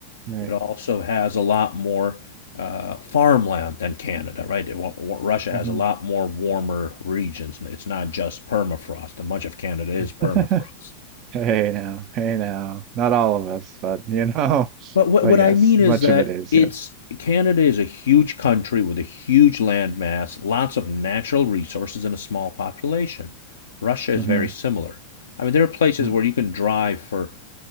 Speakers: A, on the right; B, on the left.
A: Right.
B: It also has a lot more uh, farmland than Canada, right? It, wa- wa- Russia has
A: hmm
B: a lot more warmer regions. It's not just permafrost, and much of Canada is permafrost.
A: <laughs> Hey now, hey now. Not all of us, but you know, <laughs>
B: But what
A: but
B: what
A: yes,
B: I mean
A: much
B: is that
A: of it is,
B: it's
A: yes.
B: Canada is a huge country with a huge landmass, lots of natural resources, and a small population. Russia is
A: Mm-hmm,
B: very similar. I mean, there are places
A: hmm
B: where you can drive for